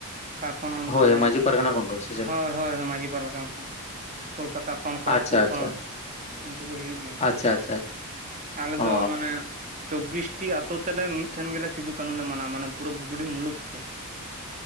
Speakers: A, on the right; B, on the left.
A: ᱚᱠᱟ ᱠᱷᱚᱱ ᱚᱱᱛᱮ
B: ᱦᱳᱭ ᱢᱟᱺᱡᱷᱤ ᱯᱟᱨᱜᱟᱱᱟ ᱠᱷᱚᱱ ᱠᱚ ᱥᱮ ᱪᱮᱫ
A: ᱦᱳᱭ ᱦᱳᱭ ᱢᱟᱺᱡᱷᱤ ᱯᱟᱨᱵᱟᱱᱟᱱ ᱦᱚᱸ᱾ ᱠᱳᱞᱠᱟᱛᱟ ᱠᱷᱚᱱ ᱠᱷᱚᱲᱚᱜᱽᱯᱩᱨ
B: ᱟᱪᱪᱷᱟ ᱟᱪᱪᱷᱟ
A: ᱠᱷᱚᱱ ᱩᱱᱠᱩ ᱠᱚ ᱦᱤᱡᱩᱜ ᱜᱮᱭᱟ ᱾
B: ᱟᱪᱪᱷᱟ, ᱟᱪᱪᱷᱟ,
A: ᱟᱞᱮ ᱫᱚ
B: ᱚ
A: ᱢᱟᱱᱮᱼᱼ ᱪᱚᱵᱽᱵᱤᱥᱴᱤ ᱟᱛᱳ ᱛᱮᱞᱮ ᱢᱤᱫᱴᱷᱮᱱ ᱜᱮᱞᱮ ᱥᱤᱫᱩ ᱠᱟᱹᱱᱩ ᱞᱮ ᱢᱟᱱᱟᱣᱟ ᱢᱟᱱᱮ ᱯᱩᱨᱟᱹ ᱵᱩᱜᱲᱤ ᱢᱩᱞᱩᱠ ᱛᱮ ᱾